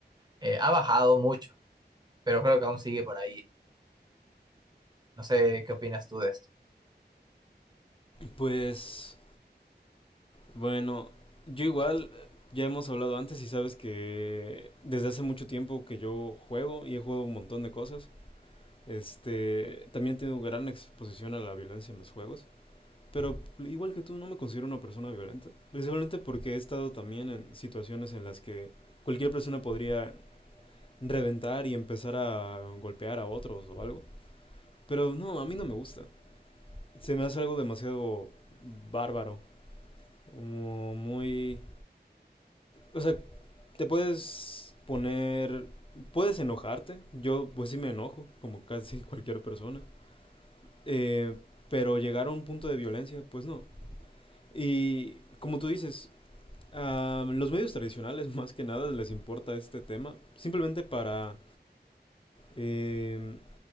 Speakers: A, on the right; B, on the left.
A: Eh, ha bajado mucho, pero creo que aún sigue por ahí. No sé qué opinas tú de esto.
B: Pues bueno, yo igual ya hemos hablado antes y sabes que desde hace mucho tiempo que yo juego y he jugado un montón de cosas. Este, también tengo gran exposición a la violencia en los juegos, pero igual que tú no me considero una persona violenta, principalmente porque he estado también en situaciones en las que cualquier persona podría reventar y empezar a golpear a otros o algo, pero no, a mí no me gusta. Se me hace algo demasiado bárbaro como muy... O sea, te puedes poner... Puedes enojarte. Yo pues sí me enojo, como casi <laughs> cualquier persona. Eh, pero llegar a un punto de violencia, pues no. Y como tú dices, a los medios tradicionales <laughs> más que nada les importa este tema, simplemente para eh,